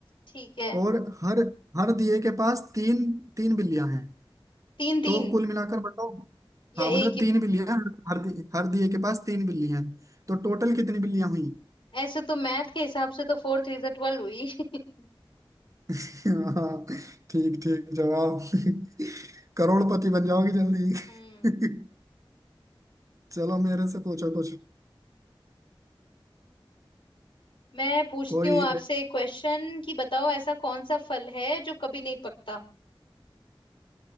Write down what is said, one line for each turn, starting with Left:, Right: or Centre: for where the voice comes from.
Left: ठीक है
Right: और हर हर दिए के पास तीन तीन बिल्लियां हैं
Left: तीन तीन
Right: तो कुल मिलाकर बताओ
Left: या
Right: हाँ मतलब
Left: एक ही
Right: तीन बिल्लियां हर हर दिए हर दिए के पास तीन बिल्लियां हैं तो टोटल कितनी बिल्लियां हुई
Left: ऐसे तो मैथ के हिसाब से तो फोर थ्री 12 हुई <laughs>
Right: <laughs> हाँ ठीक ठीक जवाब <laughs> करोड़पति बन जाओगी जल्दी
Left: हम्म
Right: <laughs> चलो मेरे से पूछो कुछ
Left: मैं पूछती
Right: कोई
Left: हूँ आपसे एक क्वेश्चन कि बताओ ऐसा कौन सा फल है जो कभी नहीं पकता